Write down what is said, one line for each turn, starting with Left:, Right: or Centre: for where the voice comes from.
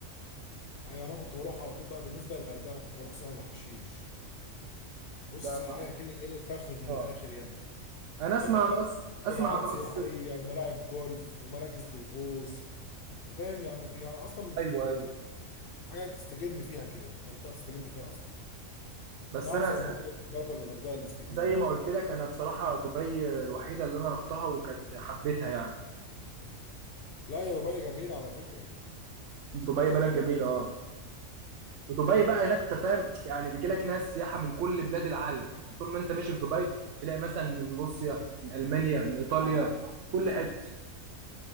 Left: آه، يعني انا كنت بروح على طول بقى بالنسبة للغردقة انا كنت بروح سهل حشيش بص
Right: ده
Left: حاجة
Right: ما
Left: كده ايه فاخر من
Right: اه
Left: الاخر يعني
Right: انا اسمع
Left: فالبقى
Right: عن
Left: بقى
Right: راس اسمع
Left: مجاعات
Right: عن راس
Left: سياحية وملاعب جولف ومراكز للغوص أنت فاهم يعني يعني اصلا من
Right: ايوه ايوه
Left: حاجة تستجم فيها كده منطقة تستجم فيها اصلا
Right: بس
Left: من احسن
Right: انا زي,
Left: المناطق اللي بقى في الغردقة الاستجمام
Right: زي ما قلت لك انا بصراحه دبي الوحيده اللي انا رحتها وكانت حبيتها يعني
Left: لا يا دبي جميلة على فكرة
Right: دبي بلد جميله اه ودبي بقى هناك انت فاهم يعني بيجي لك ناس سياحه من كل بلاد العالم يعني طول ما انت ماشي في دبي تلاقي مثلا من روسيا من المانيا من ايطاليا كل حته